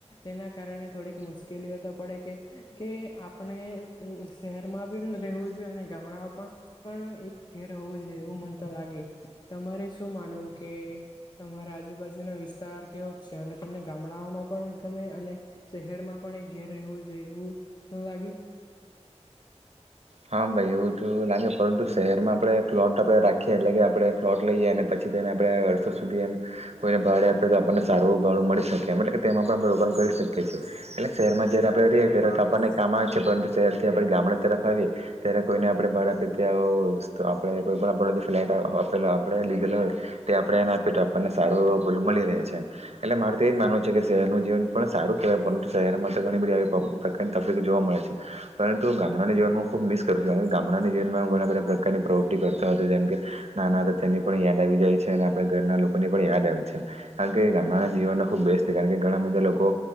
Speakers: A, on the left; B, on the right.
A: તેના કારણે થોડીક મુશ્કેલીઓ તો પડે કે આપણે શહેર માં બી રહેવું જોઈએ અને ગામડામાં પણ પણ એક ઘેર હોવું જોઈએ એવું મનતો લાગે તમારે શું માનવું કે તમારા આજુબાજુનો વિસ્તાર કેવો છે? અને તમને ગામડાઓમાં પણ ગમે અને શહેરમાં પણ પણ એક ઘેર રહેવું જોઈ એવું ના લાગે
B: હા ભાઈ, એવું તો લાગે પરંતુ શહેરમાં આપણે ફલોટ આપડણે રાખીએ એટલે કે આપણે ફ્લોટ લઈએ અને પછી આપ વર્ષો સુધી એમ કોઈને ભાડે આપી તો આપણને સારું ભાડું મળી શકે એમ એટલે કે તેમાં પણ આપણે રોકાણ કરી શકીએ, એટલે શહેરમાં જયારે આપણે રહીએ ત આપણને કામ આવે છે પરંતુ શહેર થી આપણે ગામડા તરફ આવીએ, ત્યારે કોઈને આપડે ભાડા પીતે આપણે કોઈ પણ આપ ફ્લાટ આપડે લીધેલા હોય. તે આપણેે એને આપી તો આપણને સારું એવો ભૂલ મળી રહે છે, એટલે મારે તો એજ માનવું છે કે શહેરનું જીવન પણ સારું કહેવાય પરંતુ શહેરમાં તો ઘણી બધી આવી પ્રકારની તકલીફ જોવા મળે છે, પરંતુ ગામડાના જીવન હું ખૂબ મિસ કરું છું અને ગામડાની જીવનમાં હું ઘણા બધા પ્રકારની પ્રવૃત્તિ કરતો હતો જેમ કે નાના હતા તેની પણ યાદ આ જાય છે અને આપણે ઘરના લોકોને પણ યાદ આવે છે, કારણ કે ગામડાના જીવનનો ખૂબ બેસ્ટ છે કારણ કે ઘણા બધા લોકો